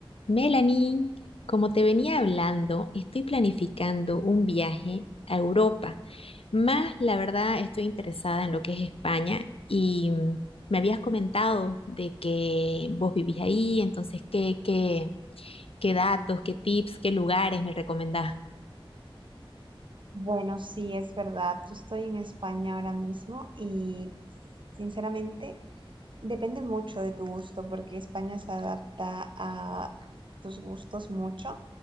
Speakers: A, on the left; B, on the right.
A: Melanie, como te venía hablando, estoy planificando un viaje a Europa. Más, la verdad, estoy interesada en lo que es España y mm, me habías comentado de que vos vivís ahí, entonces, ¿qué, qué, qué datos, qué tips, qué lugares me recomendás?
B: Bueno, sí, es verdad. Yo estoy en España ahora mismo y sinceramente depende mucho de tu gusto porque España se adapta a tus gustos mucho,